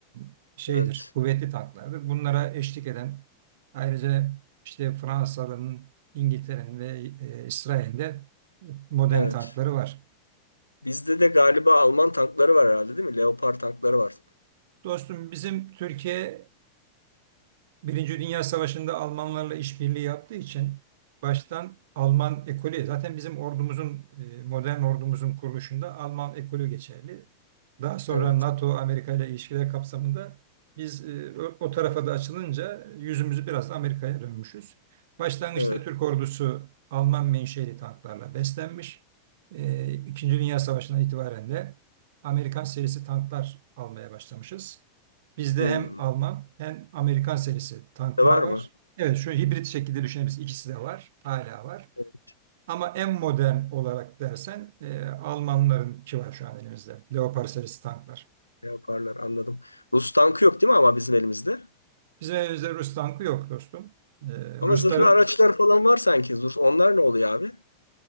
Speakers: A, on the right; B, on the left.
A: e, şeydir,
B: evet,
A: kuvvetli tanklardır. Bunlara eşlik eden ayrıca işte Fransa'nın, İngiltere'nin ve e, İsrail'in de modern
B: evet.
A: tankları var.
B: Bizde de galiba Alman tankları var herhalde değil mi? Leopard tankları var.
A: Dostum bizim Türkiye Birinci Dünya Savaşı'nda Almanlarla işbirliği yaptığı için baştan Alman ekolü zaten bizim ordumuzun e, modern ordumuzun kuruluşunda Alman ekolü geçerli. Daha sonra
B: Evet,
A: NATO Amerika ile ilişkiler kapsamında biz e, o, o tarafa da açılınca yüzümüzü biraz da Amerika'ya dönmüşüz. Başlangıçta
B: evet.
A: Türk ordusu Alman menşeli tanklarla beslenmiş. E, İkinci Dünya Savaşı'ndan itibaren de Amerikan serisi tanklar almaya başlamışız. Bizde
B: Hmm.
A: hem Alman hem Amerikan serisi tanklar
B: De var
A: var.
B: mı?
A: Evet şu hibrit şekilde düşünebiliriz. İkisi de var. Hala var.
B: Evet,
A: Ama en modern olarak dersen e, Almanlarınki var şu an elimizde. Leopard serisi tanklar.
B: Leopardlar anladım. Rus tankı yok değil mi ama bizim elimizde?
A: Bizim elimizde Rus tankı yok dostum. E,
B: Ama
A: Rusların
B: zırhlı araçlar falan var sanki. Rus, onlar ne oluyor abi?